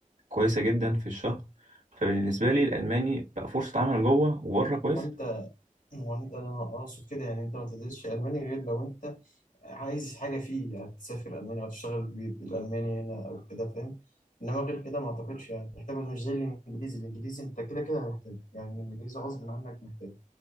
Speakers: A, on the right; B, on the left.
A: كويسة جدا في الشهر فبالنسبة لي الألماني بقى فرصة عمل جوه وبره كويس
B: هو انت هو انت انا اقصد كده يعني انت ما تدرسش الماني غير لو انت عايز حاجه فيه يعني تسافر المانيا او تشتغل ب- بالالماني هنا او كده فاهم انما غير كده ما اعتقدش يعني محتاجه مش زي الانجليزي الانجليزي انت كده كده هتحتاج يعني الانجليزي غصب عنك محتاج